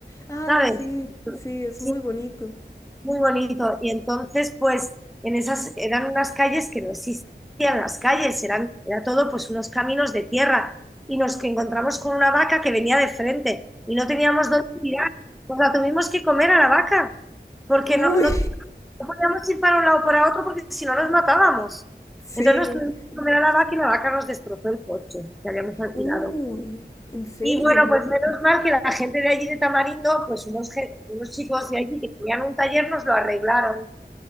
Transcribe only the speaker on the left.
Ay,
sí. Sí, es
muy bonito.
Uy.
<laughs>
Sí.
Uy. ¿En serio?